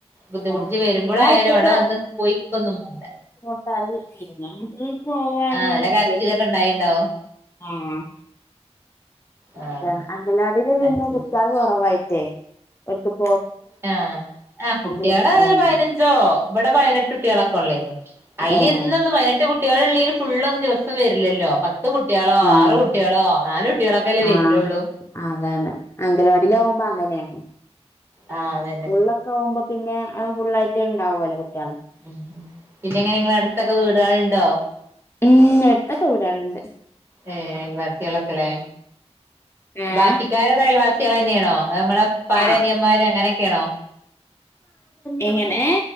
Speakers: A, on the right; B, on the left.
A: ബുദ്ധിമുട്ടി
B: ആഹ്
A: വരുമ്പോഴായാലും
B: ഒരാഴ്ചത്തെ
A: അവിടെ വന്ന് പോയിക്കൊന്നും വേണ്ട
B: ത പിന്നട്ട പോവാരന്നാണ്
A: ആ നല്ല കരച്ചിലൊക്കെ
B: പോയി
A: ഉണ്ടായിണ്ടാവും
B: ആഹ്
A: ആഹ്
B: അതാണ് അങ്കലവാടില് പിന്നെ
A: അത് ശരി
B: കുട്ടികള് കുറവായിട്ടേക്ക് ഓര്ക്ക്‌
A: ആഹ് ആ കുട്ടികള്
B: കുട്ടിയാള് ഉണ്ടാവും
A: പയിനഞ്ചോ ഇവിടെ പയിനെട്ട് കുട്ടികളൊക്കെള്ളന്ന് അതില്
B: ഏഹ്
A: എന്നൊന്നും പയിനെട്ടു കുട്ടികള് ഉള്ള ഫുള്ളൊന്നും ദിവസം വരില്ലല്ലോ പത്ത് പത്ത് കുട്ടികളോ
B: ആഹ്
A: ആറ് കുട്ടികളോ നാല് കുട്ടികളൊക്കെ അല്ലേ വരിള്ളൂ
B: ആഹ് അതാണ് അങ്കലവാടില് ആകുമ്പോ അങ്ങനെയാണ്
A: ആഹ് അതന്നെ
B: സ്കൂളിലൊക്കെ ആകുമ്പോൾ പിന്നെ അത് ഫുുള്ളായിട്ട് ഇണ്ടാവല്ലോ കുട്ടികളെ
A: ഉം പിന്നെ എങ്ങനെ നിങ്ങളെ അടുത്തൊക്കെ വീടുകൾണ്ടോ?
B: ഉം അടുത്തക്കേ വീടളുണ്ട്
A: ഏ അയൽവാസികളൊക്കെല്ലെ
B: ഏഹ്
A: ബാക്കിക്കാര് അയൽവാസികൾ തന്നെയാണോ അതോ നമ്മളെ ഉപ്പാടെ
B: ആഹ്
A: അനിയന്മാര് അങ്ങനെയൊക്കെയാണോ?
B: എങ്ങനെ